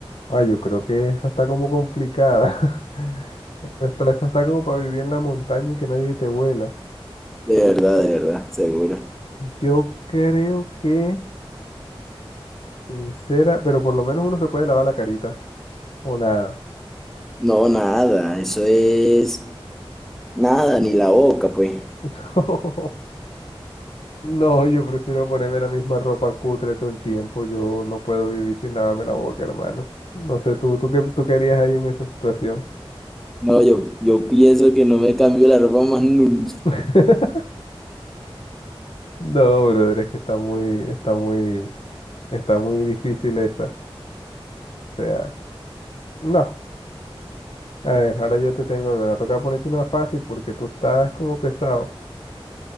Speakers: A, on the left; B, in the centre.
A: Ah, yo creo que esa está como complicada. <laughs> Esa está, esa está como para vivir en la montaña y que nadie te huela.
B: De verdad, de verdad, seguro.
A: Yo creo que Sincera, pero por lo menos uno se puede lavar la carita. O nada.
B: No, nada, eso es nada, ni la boca, pues.
A: <laughs> No, yo prefiero ponerme la misma ropa cutre todo el tiempo. Yo no puedo vivir sin lavarme la boca, hermano. No sé, tú, tú qué tú querías ahí en esa situación.
B: No, yo, yo pienso que no me cambio la ropa más nunca.
A: <laughs> No, brother, es que está muy, está muy, está muy difícil esa. O sea, no. A ver, ahora yo te tengo, me va a tocar ponerte una fácil porque tú estás como pesado.